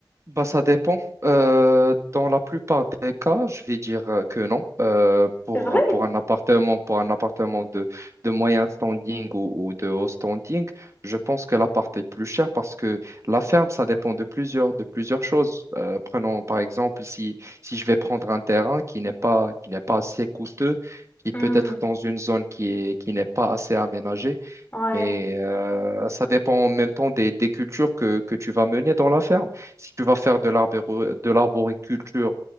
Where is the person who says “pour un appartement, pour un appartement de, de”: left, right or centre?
Right